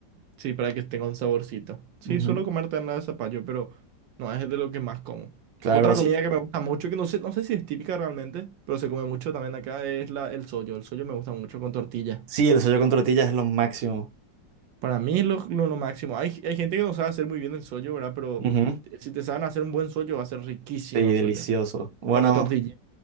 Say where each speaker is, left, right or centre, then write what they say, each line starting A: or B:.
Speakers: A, on the right; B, on the right.
A: Sí, para que tenga un saborcito. Sí,
B: Ujú.
A: suelo comer nada de zapallo, pero no es de lo que más como.
B: Claro,
A: Otra comida
B: sí.
A: que me gusta mucho, que no sé, no sé si es típica realmente, pero se come mucho también acá, es la, el sollo. El sollo me gusta mucho con tortilla.
B: Sí, el sollo con tortillas es lo máximo.
A: Para mí es lo, lo, lo máximo. Hay, hay gente que no sabe hacer muy bien el sollo, ¿verdad? Pero
B: Ujú.
A: eh, si te saben hacer un buen sollo, va a ser riquísimo
B: Sí, delicioso.
A: el sollo.
B: Bueno,
A: Con la tortilla.